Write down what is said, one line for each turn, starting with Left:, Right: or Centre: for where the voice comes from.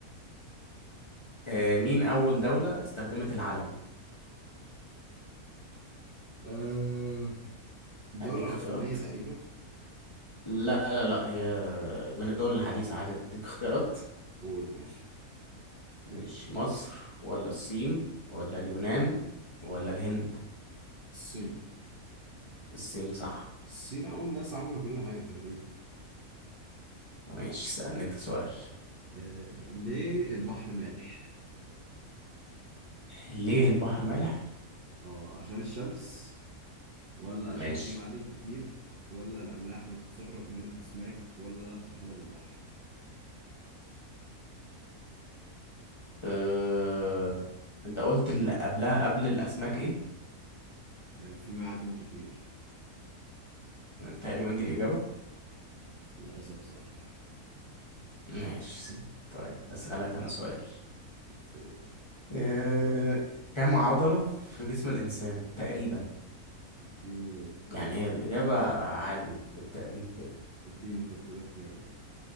Left: آه مين أول دولة استخدمت العلم
Right: آه، الدوله
Left: أديك
Right: العثمانيه
Left: اختيارات
Right: تقريبا
Left: لا لا لا هي من الدول
Right: دوله
Left: الحديثة
Right: عاديه
Left: عادي
Right: يعني
Left: أديك اختيارات
Right: قول ماشي
Left: ماشي مصر ولا الصين ولا اليونان ولا الهند
Right: الصين
Left: الصين صح
Right: الصين اول ناس عملوا كل حاجه تقريبا
Left: ماشي سألني أنت سؤال
Right: آه، ليه البحر مالح
Left: ليه البحر مالح
Right: اه عشان الشمس ولا
Left: ماشي
Right: عشان في معادن كتير ولا الأملاح بتتسرب من الأسماك ولا طحالب البحر
Left: أه... انت قلت اللي قبلها قبل الاسماك ايه
Right: آه، في معادن كتير
Left: تقريبا دي الاجابه
Right: للأسف صح
Left: ماشي
Right: <laughs>
Left: طيب اسالك انا سؤال
Right: سوري.
Left: أه... كم عضله في جسم الانسان تقريبا
Right: اديني
Left: يعني هي الاجابه عادي بالتقريب كده
Right: اديني طب كده اختيارات